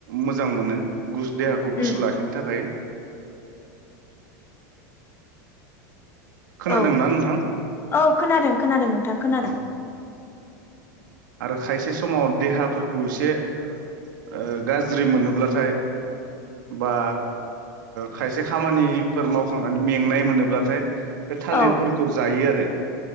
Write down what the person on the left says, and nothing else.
उम
औ
औ खोनादों खोनादों नोंथां खोनादों।
औ